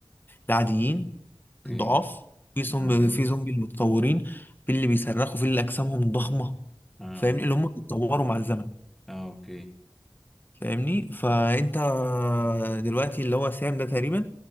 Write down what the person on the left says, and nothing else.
العاديين
الضعاف في زومبي
في زومبي المتطورين في اللي بيصرخوا في اللي أجسامهم ضخمة
فاهمني اللي هم بيتطوروا مع الزمن
فاهمني فأنت دلوقتي اللي هو سام ده تقريبا